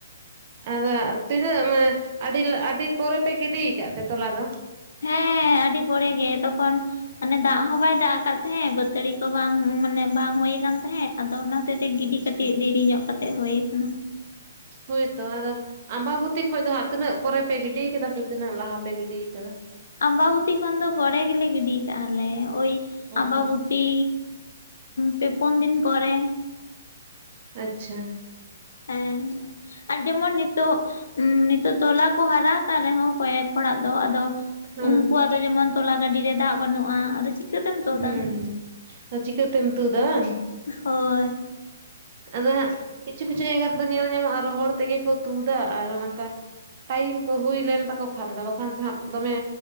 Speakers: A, on the right (about 30°); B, on the left (about 70°).
A: ᱟᱫᱚ ᱟᱸ ᱛᱤᱱᱟᱹᱜ ᱢᱟᱱᱮ ᱟᱹᱰᱤ ᱟᱹᱰᱤ ᱯᱚᱨᱮ ᱯᱮ ᱜᱤᱰᱤ ᱠᱟᱜ ᱛᱮ ᱛᱚᱞᱟ ᱫᱚ
B: ᱦᱮᱸ ᱟᱹᱰᱤ ᱯᱚᱨᱮ ᱜᱮ ᱛᱚᱠᱷᱚᱱ ᱢᱟᱱᱮ ᱫᱟᱜ ᱦᱚᱸ ᱵᱟᱭ ᱫᱟᱜ ᱟᱠᱟᱜ ᱛᱟᱦᱮᱸᱜ ᱵᱟᱹᱛᱟᱹᱲᱤ ᱠᱚ ᱵᱟᱝ ᱢᱟᱱᱮ ᱵᱟᱝ ᱦᱳᱭ ᱠᱟᱱ ᱛᱟᱦᱮᱸᱜ ᱟᱫᱚ ᱚᱱᱟ <unintelligible> ᱛᱮ ᱜᱤᱰᱤ
A: ᱟᱪᱪᱷᱟ
B: ᱠᱟᱴᱤᱡ ᱫᱮᱭᱨᱤᱧᱚᱜ ᱠᱟᱛᱮᱜ ᱦᱳᱭ ᱠᱟᱱᱟ
A: ᱦᱳᱭᱛᱚ ᱟᱫᱚ ᱟᱢᱵᱟᱵᱚᱛᱤ ᱠᱷᱚᱡ ᱫᱚ ᱦᱟᱸᱜ ᱛᱤᱱᱟᱹᱜ ᱯᱚᱨᱮ ᱯᱮ ᱜᱤᱰᱤ ᱠᱟᱫᱟ ᱥᱮ ᱛᱤᱱᱟᱹᱜ ᱞᱟᱦᱟ ᱯᱮ ᱜᱤᱰᱤ ᱠᱟᱫᱟ?
B: ᱟᱢᱵᱟᱵᱩᱛᱤ ᱠᱷᱚᱱ ᱫᱚ ᱯᱚᱨᱮ ᱜᱮᱞᱮ ᱜᱤᱰᱤ ᱠᱟᱜᱼᱟ ᱞᱮ ᱳᱭ
A: ᱚ
B: ᱟᱢᱵᱟᱵᱩ ᱛᱤ ᱯᱮ ᱯᱷᱳᱱ ᱫᱤᱱ ᱯᱚᱨᱮ
A: ᱟᱪᱪᱷᱟ
B: ᱦᱮᱸ ᱟᱨ ᱰᱮᱢᱚᱱ ᱱᱤᱛᱚᱜ ᱱᱤᱛᱚᱜ ᱛᱚᱞᱟ ᱠᱚ ᱦᱟᱨᱟ ᱟᱠᱟᱱ ᱨᱮᱦᱚᱸ ᱠᱚᱭᱮᱠ ᱦᱚᱲᱟᱜ ᱫᱚ ᱟᱫᱚ
A: ᱦᱮᱸ
B: ᱩᱱᱠᱩᱣᱟᱜ ᱫᱚ ᱡᱮᱢᱚᱱ ᱛᱚᱞᱟ ᱜᱟᱹᱰᱤ ᱨᱮ ᱫᱟᱜ ᱵᱟᱹᱱᱩᱜᱼᱟ ᱟᱫᱚ ᱪᱤᱠᱠᱟᱛᱮᱢ ᱛᱩᱫᱟ
A: ᱦᱩᱸ ᱦᱩᱸ ᱪᱤᱠᱟᱹᱛᱮᱢ ᱛᱩᱫᱟ ᱵᱟᱝ
B: ᱦᱳᱭ᱾
A: ᱟᱫᱚ ᱦᱟᱸᱜ ᱠᱤᱪᱷᱩ ᱠᱤᱪᱷᱩ ᱡᱟᱭᱜᱟ ᱨᱮᱫᱚ ᱧᱮᱞ ᱧᱟᱢᱚᱜᱼᱟ ᱨᱚᱦᱚᱲ ᱛᱮᱜᱮ ᱠᱚ ᱛᱩᱫᱟ ᱟᱨ ᱱᱚᱝᱠᱟ ᱴᱟᱭᱤᱢ ᱠᱚ ᱦᱩᱭ ᱞᱮᱱ ᱛᱟᱠᱚ ᱠᱷᱟᱱ ᱫᱚ ᱵᱟᱠᱷᱟᱱ ᱫᱚ ᱦᱟᱸᱜ ᱫᱚᱢᱮ